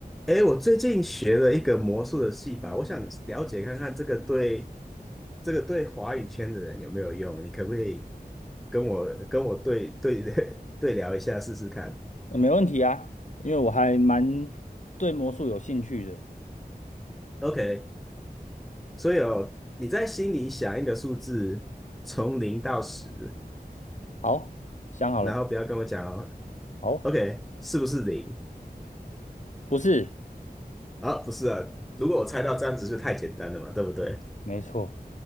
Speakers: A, in the centre; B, on the left.
A: 哎，我最近学了一个魔术的戏法，我想了解看看这个对这个对华语圈的人有没有用？你可不可以跟我跟我对对 <laughs> 对聊一下试试看
B: 没问题啊，因为我还蛮对魔术有兴趣的。
A: ？OK，所以哦，你在心里想一个数字，从零到十，
B: 好，想好了，
A: 然后不要跟我讲哦。
B: 好，
A: OK，是不是零？
B: 不是，
A: 啊，不是啊，如果我猜到这样子就太简单了嘛，对不对？
B: 没错，